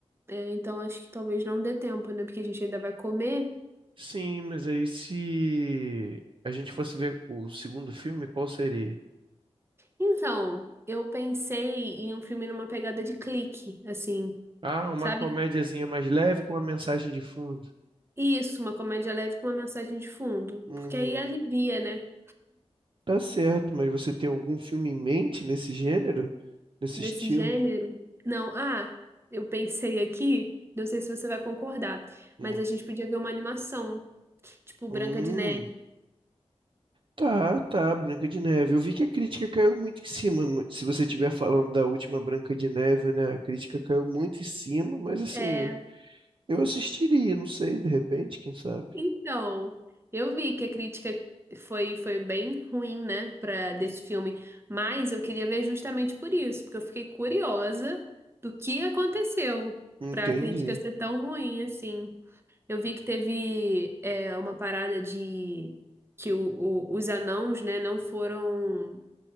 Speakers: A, on the right (about 20°); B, on the right (about 50°).
A: É, então acho que talvez não dê tempo, né? Porque a gente ainda vai comer.
B: Sim, mas aí se a gente fosse ver o segundo filme, qual seria?
A: Então, eu pensei em um filme numa pegada de clique, assim,
B: Ah, uma
A: sabe?
B: comédiazinha mais leve com uma mensagem de fundo.
A: Isso, uma comédia leve com uma mensagem de fundo.
B: Uhum.
A: Porque aí alivia, né?
B: Tá certo, mas você tem algum filme em mente nesse gênero? Nesse
A: Desse
B: estilo?
A: gênero? Não, ah, eu pensei aqui, não sei se você vai concordar,
B: Hum.
A: mas a gente podia ver uma animação, tipo
B: Hum.
A: Branca de Neve.
B: Tá, tá, Branca de Neve. Eu vi que a crítica caiu muito em cima. mu- Se você estiver falando da última Branca de Neve, né? A crítica caiu muito em cima, mas assim,
A: É,
B: eu assistiria, não sei, de repente, quem sabe?
A: então, eu vi que a crítica foi, foi bem ruim, né, para desse filme, mas eu queria ver justamente por isso, porque eu fiquei curiosa do que aconteceu
B: Entendi.
A: para a crítica ser tão ruim assim. Eu vi que teve é, uma parada de que o- o- os anãos, né, não foram